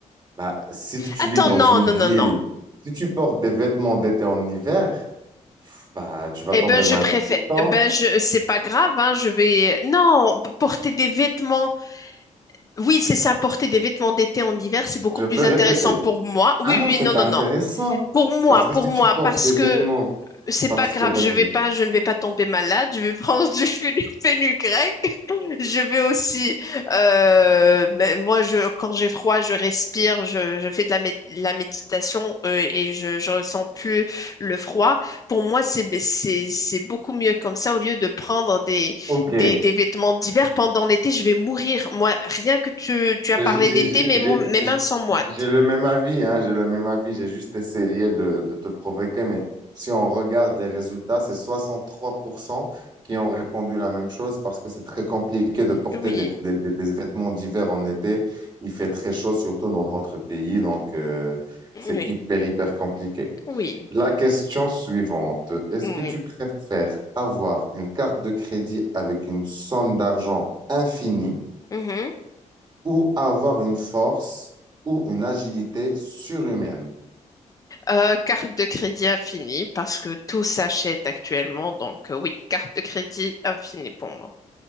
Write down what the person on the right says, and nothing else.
bah, si tu
vis dans
une
ville,
si tu portes des vêtements d'été en hiver, bah, tu vas
tomber
malade
tout le temps.
Je
peux
répéter.
Ah non,
c'est
pas
intéressant.
Parce que
si
tu portes
des
vêtements,
parce
que, vas-y.
Ok.
Mais
J'ai j'ai-
j'ai-
j'ai-
j'ai le même avis, hein, j'ai le même avis. J'ai juste essayé de, de te provoquer, mais si on regarde les résultats, c'est 63% qui ont répondu la même chose parce que c'est très compliqué de porter
des, des- des- des vêtements d'hiver en été. Il fait très chaud, surtout dans notre pays, donc euh,
c'est hyper, hyper compliqué.
La question suivante, est-ce
que tu préfères avoir une carte de crédit avec une somme d'argent infinie?
ou avoir une force ou une agilité surhumaine.